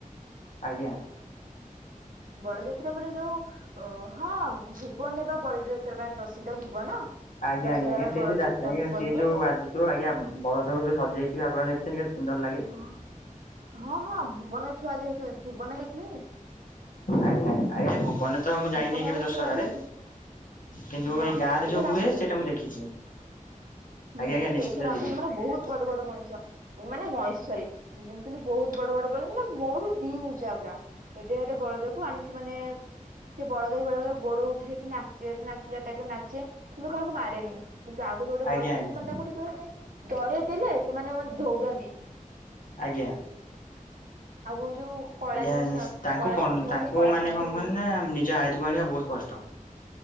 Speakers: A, on the left; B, on the right.
A: ଆଜ୍ଞା
B: ବଳଯାତ୍ରା ବୋଲି ଯୋଉ ଅ ହଁ ଭୁବନ ବା ବଳିଯାତ୍ରା ପାଇଁ ପ୍ରସିଦ୍ଧ ଭୁବନ
A: ଆଜ୍ଞା
B: ଦଶହରା
A: ଆଜ୍ଞା ଆଜ୍ଞା ସେଇ
B: ବଳଯାତ୍ରା
A: ଯଉ <unintelligible>
B: ଭୁବନ
A: ସେ
B: ହୁଏ
A: ଯୋଉ ତ ଆଜ୍ଞା ବଳଦ ଯୋଉ ସଜେଇଥିବେ ଆପଣ ଦେଖିଛନ୍ତି କେତେ ସୁନ୍ଦର ଲାଗେ
B: ହଁ ହଁ ହଁ ଭୁବନ ଛୁଆ ଯେହେତୁ ଭୁବନ ଦେଖିବେନି
A: ଆଜ୍ଞା ଆଜ୍ଞା ଭୁବନେ ତ ମୁଁ ଯାଇନି
B: ଢେଙ୍କାନାଳ
A: କେବେ ଦଶହରାରେ
B: ଛୁଆ ହେଇକି
A: କିନ୍ତୁ
B: ହଁ
A: ଏଇ ଗାଁରେ
B: ଏଇଥର
A: ଯୋଉ ହୁଏ
B: ଆସନ୍ତୁ
A: ସେଇଟା ମୁଁ ଦେଖିଛି
B: ହୁଁ
A: ଆଜ୍ଞା ଆଜ୍ଞା
B: କିନ୍ତୁ
A: ନିଶ୍ଚିତ
B: ଏଇଥର
A: ଯିବି
B: ଆସନ୍ତୁ ମାନେ ବହୁତ ବଡ ବଡ ମଣିଷ ମାନେ ମଶେଶ୍ଵରୀ କିନ୍ତୁ ବହୁତ ବଡ ବଡ ବ ମାନେ ମୋର ଏତିକି ଉଚ୍ଚା ଏଡେ ଏଡେ ବଳଦକୁ ଆଣିକି ମାନେ ସେ ବଳଦବି ବେଳେ ବଳେ ଗୋଡ ଉଠେଇକି ନାଚେ ନାଚିଲା ଟାଇପରେ ନାଚେ କିନ୍ତୁ କାହାକୁ ମାରେନି କିନ୍ତୁ ଆଉ ଗୋଟେ ଗୋଟେ
A: ଆଜ୍ଞା
B: ବଳଦ
A: ଆଜ୍ଞା
B: ଥାନ୍ତି ମାନେ ତାକୁ ଟିକେ ମାନେ ଡରେଇ ଦେଲେ ସେମାନେ ମାନେ ଧଉଡନ୍ତି
A: ଆଜ୍ଞା
B: <inaudible> ଯୋଉ କଳା
A: ଆଜ୍ଞା
B: ଯୋଉ
A: ତାଙ୍କୁ
B: କଳା
A: କଣ
B: ଷଣ୍ଢ
A: ତାଙ୍କୁ
B: ସେ କଳା
A: ମାନେ
B: ଷଣ୍ଢକୁ
A: କଣ କ
B: ବି
A: ନା ନିଜ ଆୟତକୁ ଆଣିବା ବହୁତ କଷ୍ଟ